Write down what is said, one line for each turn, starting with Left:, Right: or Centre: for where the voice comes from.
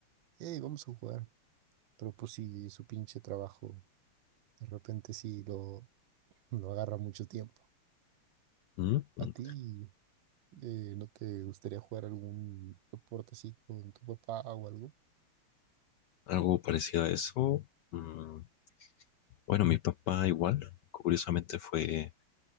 Right: hey, vamos a jugar. Pero pues sí, su pinche trabajo, de repente sí lo, lo agarra mucho tiempo.
Left: mm,
Right: ¿A
Left: mm.
Right: ti? Eh, ¿no te gustaría jugar algún deporte así con tu papá o algo?
Left: Algo parecido a eso. mm, Bueno, mi papá igual, curiosamente fue